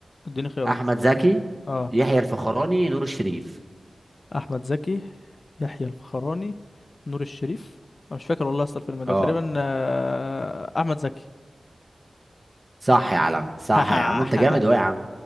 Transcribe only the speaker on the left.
اديني خيارات
اه
احمد زكي يحيى الفخراني نور الشريف انا مش فاكر والله اصل الفيلم ده
تقريبا آه، احمد زكي
<laughs>